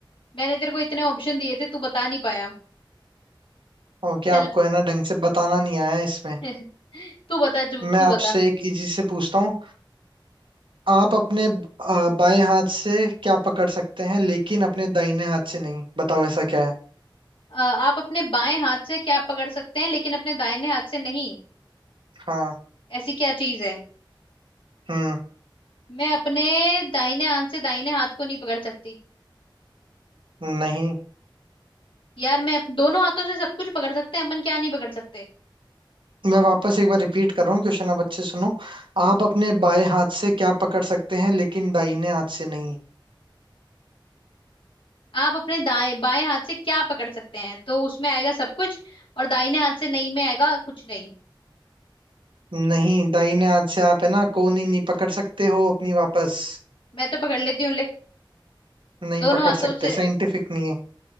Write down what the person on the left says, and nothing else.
मैंने तेरे को इतने ऑप्शन दिए थे तू बता नहीं पाया
चल
<laughs> तू बता जो
तू
बता
अ, आप अपने बाएं हाथ से क्या पकड़ सकते हैं लेकिन अपने दाहिने हाथ से नहीं
ऐसी क्या चीज है
मैं अपने दाहिने हाथ से दाहिने हाथ को नहीं पकड़ सकती
यार मैं अप- दोनों हाथों से सब कुछ पकड़ सकते हैं अपन क्या नहीं पकड़ सकते
आप अपने दाएं बाएं हाथ से क्या पकड़ सकते हैं तो उसमें आएगा सब कुछ और दाहिने हाथ से नहीं में आएगा कुछ नहीं
मैं तो पकड़ लेती हूँ ले
दोनों
हाथों
से